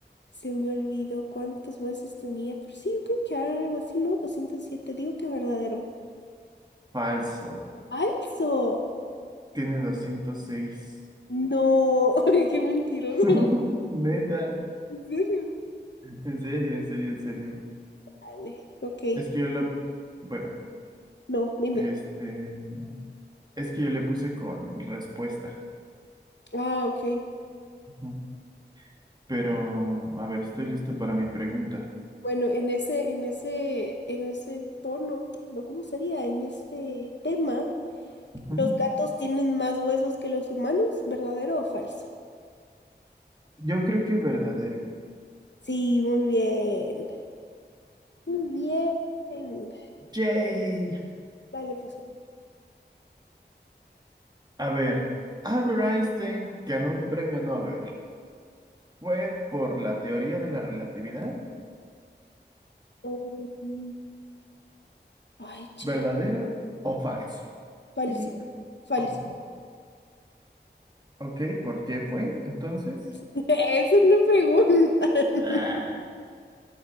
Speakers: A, on the left (about 75°); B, on the right (about 20°).
A: se me olvidó cuántos huesos tenía, pero sí, yo creo que era algo así, ¿no? doscientos siete. digo que verdadero.
B: Falso.
A: ¡Falso!
B: Tiene doscientos seis
A: No, <laughs> qué mentiroso.
B: <laughs> Neta.
A: ¿En serio?
B: En serio, en serio, en serio.
A: Dale, ok.
B: Es que yo lo, bueno,
A: No, dime.
B: este, es que yo le puse con respuesta.
A: Ah, ok.
B: Ujú. Pero, a ver, estoy listo para mi pregunta.
A: Bueno, en ese, en ese, en ese tono, no, ¿cómo sería? En ese tema,
B: Ujú.
A: ¿los gatos tienen más huesos que los humanos? ¿Verdadero o falso?
B: Yo creo que verdadero.
A: Sí, muy bien. Muy bien.
B: Yay.
A: Dale, pues.
B: A ver, Albert Einstein ganó un premio Nobel. ¿Fue por la teoría de la relatividad?
A: um, ay, chale.
B: ¿Verdadero o falso?
A: Falso.
B: Sí
A: Falso.
B: o no. Ok, ¿por qué fue entonces?
A: <laughs> Eso es una pregunta. <laughs>
B: Ah,